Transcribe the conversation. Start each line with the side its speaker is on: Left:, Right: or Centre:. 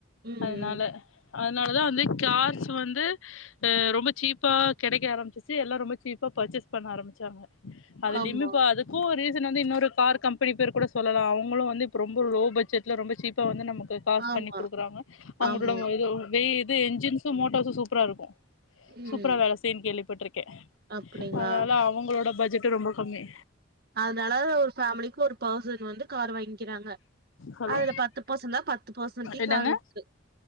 Right: ம்,
Left: அதனால
Right: ம்.
Left: அதனாலதான் வந்து கார்ஸ் வந்து அஹ ரொம்ப சீப்பா கிடைக்க ஆரம்பிச்சு எல்லாம் ரொம்ப சீப்பா பர்ச்சேஸ் பண்ண ஆரம்பிச்சாங்க அதுலயுமேப்ப
Right: ஆமா,
Left: அதுக்கும் ஒரு வந்து இன்னொரு கார் கம்பெனி பேர் கூட சொல்லலாம் அவங்களும் வந்து ரொம்ப லோ பட்ஜெட்ல ரொம்ப சீப்பா வந்து நமக்கு காசு
Right: ஆமா,
Left: பண்ணி கொடுக்குறாங்க அவங்களோட
Right: ஆமா.
Left: எதும் வே இந்த என்ஜின்ஸும் மோட்டார்ஸும் சூப்பரா இருக்கு
Right: ம்.
Left: சூப்பரா வேல கேள்விப்பற்றுகே
Right: அப்படிங்களா?
Left: அதனால அவுங்களோட பட்ஜெட் ரொம்ப கம்மி
Right: அதனால ஒரு ஃபேமிலிக்கு ஒரு பர்சன் வந்து கார் வாங்கிறாங்க
Left: ஹலோ
Right: அதுல பத்து பர்சன் தான் பத்து பர்சன்டே
Left: என்னங்க
Right: கார் இருக்கு